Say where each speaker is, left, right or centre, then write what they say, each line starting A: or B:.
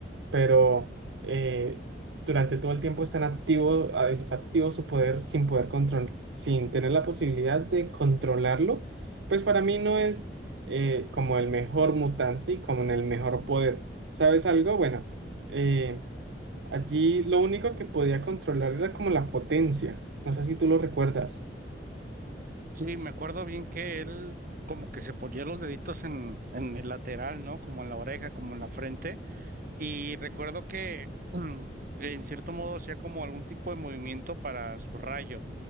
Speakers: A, on the right (about 80°); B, on the right (about 50°).
A: pero eh, durante todo el tiempo están activo, a- está activo su poder sin poder control, sin tener la posibilidad de controlarlo, pues para mí no es eh, como el mejor mutante y como en el mejor poder. ¿Sabes algo? Bueno, eh, allí lo único que podía controlar era como la potencia. No sé si tú lo recuerdas.
B: Sí, me acuerdo bien que él como que se ponía los deditos en, en el lateral, ¿no? Como en la oreja, como en la frente. Y recuerdo que <clears throat> mm, en cierto modo hacía como algún tipo de movimiento para su rayo,